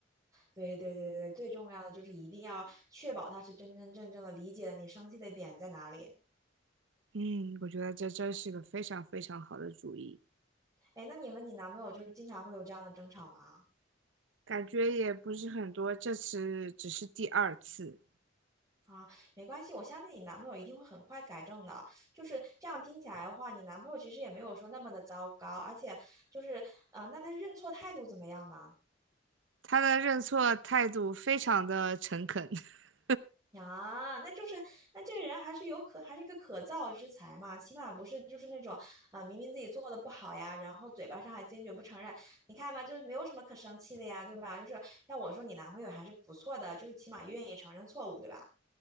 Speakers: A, on the right; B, on the right.
A: 对对对对，最重要的就是一定要确保他是真真正正的理解了你生气的点在哪里。
B: 嗯，我觉得这真是个非常非常好的主意，
A: 哎，那你和你男朋友就是经常会有这样的争吵吗？
B: 感觉也不是很多，这次只是第二次。
A: 啊，没关系，我相信你男朋友一定会很快改正的。就是这样听起来的话，你男朋友其实也没有说那么的糟糕，而且就是，啊，那他认错态度怎么样呢？
B: 他的认错态度非常的诚恳。<laughs>
A: 啊，那就是，那这个人还是有可，还是一个可造之才嘛，起码不是就是那种，啊、明明自己做的不好呀，然后嘴巴上还坚决不承认。你看吧，就是没有什么可生气的呀，对吧？就是要我说，你男朋友还是不错的，就是起码愿意承认错误，对吧？